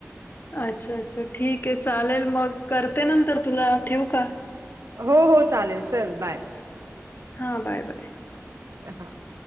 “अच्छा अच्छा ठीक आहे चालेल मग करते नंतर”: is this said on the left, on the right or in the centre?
Left